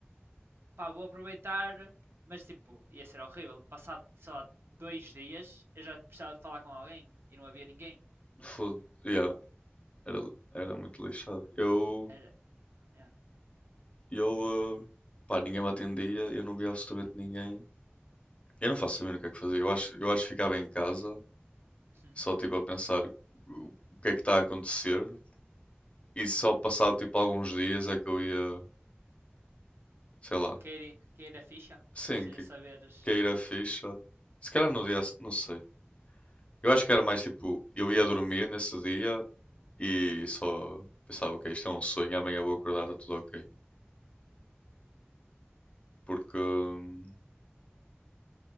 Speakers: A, on the right; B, on the left.
A: pá, vou aproveitar. Mas, tipo, ia ser horrível. Passado, sei lá, dois dias, eu já precisava de falar com alguém e não havia ninguém.
B: foda yeah, era, li- era muito lixado. Eu,
A: Era. Yeah.
B: eu, eh, pá, ninguém me atendia, eu não via absolutamente ninguém. Eu não faço saber o que é que fazia. Eu acho, eu acho que ficava em casa,
A: Uhum.
B: só tipo a pensar o o que é que está a acontecer. E só passado tipo alguns dias é que eu ia, sei lá,
A: Cair, cair a ficha.
B: sim,
A: Ou seja,
B: que
A: saberes.
B: cair a ficha. Se calhar no dia, a se- não sei. Eu acho que era mais tipo, eu ia dormir nesse dia e só pensava, ok, isto é um sonho, amanhã vou acordar, está tudo ok. Porque hum,